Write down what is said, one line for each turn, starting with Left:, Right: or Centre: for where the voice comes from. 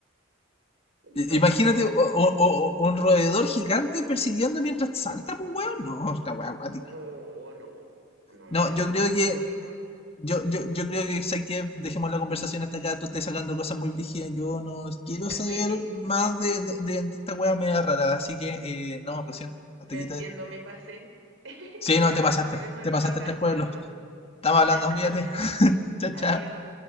Right: en
Left: I-
Right: todo
Left: Imagínate
Right: caso.
Left: o- o- o- o un roedor gigante persiguiendo mientras salta, pues, weón. No, esta weá acuática.
Right: Oh, no. No,
Left: No,
Right: ahí
Left: yo
Right: sí
Left: creo
Right: que me
Left: que.
Right: muero bien muerta. <laughs>
Left: Yo, yo, yo creo que, sé que dejemos la conversación hasta acá, tú estás sacando cosas muy brígidas, yo no quiero saber
Right: Sí,
Left: más de, de, de- de esta weá media rara, así que, eh, no, lo siento, hasta
Right: lo
Left: aquí
Right: entiendo,
Left: te dejo.
Right: me pasé. <laughs>
Left: Sí,
Right: Ya,
Left: no, te pasaste,
Right: nos vemos
Left: te
Right: en otra
Left: pasaste
Right: ocasión.
Left: tres pueblos.
Right: <laughs>
Left: Estamos hablando, cuídate.
Right: Ya,
Left: <laughs> Chao,
Right: adiós.
Left: chao.